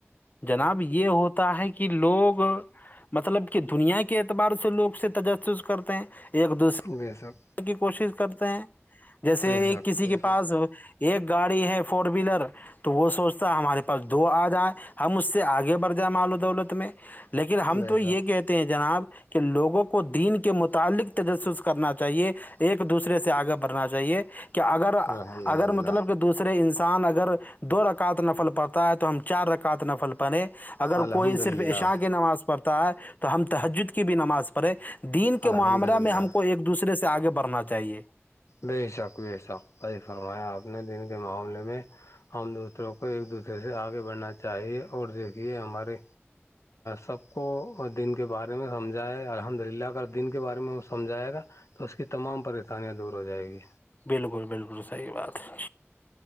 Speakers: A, on the left; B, on the left.
A: جناب یہ ہوتا ہے کہ لوگ مطلب کہ دنیا کے اعتبار سے لوگ اس سے تجسس کرتے ہیں ایک دو
B: فڈی حسب
A: کی کوشش کرتے ہیں جیسے
B: بے
A: ایک
B: شک
A: کسی
B: بے
A: کے پاس
B: شک
A: ایک گاڑی ہے فور ویلر تو وہ سوچتا ہے ہمارے پاس دو آ جائیں ہم اس سے آگے بڑھ جائیں مال و دولت میں لیکن ہم
B: بے
A: تو یہ
B: شک
A: کہتے ہیں جناب کہ لوگوں کو دین کے متعلق تجسس کرنا چاہیے ایک دوسرے سے آگے بڑھنا چاہیے کہ اگر
B: الحمد
A: اگر
B: للہ
A: مطلب کہ دوسرے رے انسان اگر دو رکعت نفل پڑتا ہے تو ہم چار رکعت نفل پیں اگر
B: الحمد
A: کوئی
B: للہ
A: صرف عشا کی نماز پڑھتا ہے تو ہم تحجد کی بھی نماز پڑھیں تو دین کے
B: الحمد
A: معاملہ
B: للہ
A: میں ہم کو ایک دوسرے سے آگے بڑھنا چاہیے
B: بے شک بے شک بی فرمایا آپ نے دن کے معاملے میں ہم دوسروں کو ایک دوسرے سے آگے بڑھنا چاہیے اور دیکھیے ہمارے سب کو دن کے بارے میں سمجھائے الحمد للہ کا دن کے بارے میں وہ سمجھائے گا تو اس کی تمام پریشانیاں دور ہو جائےیں گی
A: بالکل بالکل صحیح بات ہے